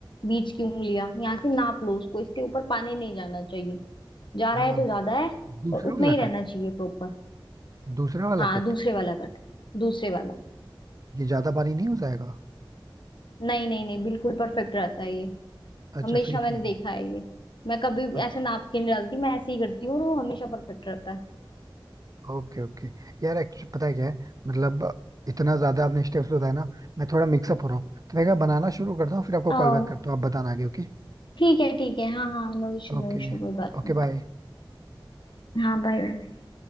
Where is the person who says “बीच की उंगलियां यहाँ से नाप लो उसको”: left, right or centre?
Left